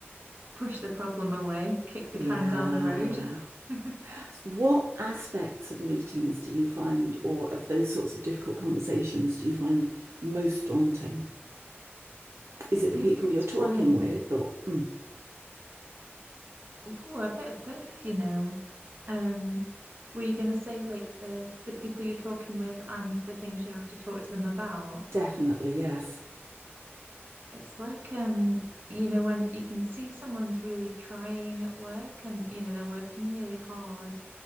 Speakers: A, on the right (about 50°); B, on the right (about 75°).
A: push the problem away, kick
B: Yeah.
A: the can down the road. <laughs>
B: What aspects of meetings do you find, or of those sorts of difficult conversations, do you find most daunting? Is
A: I think
B: it the people
A: it's
B: you're talking
A: when,
B: with, or Mm,
A: oh, a bit of both, you know. Um, were you going to say like the the people you're talking with and the things you have to talk to them about?
B: definitely, yes.
A: It's like um, you know, when you can see someone's really trying at work and you know they're working really hard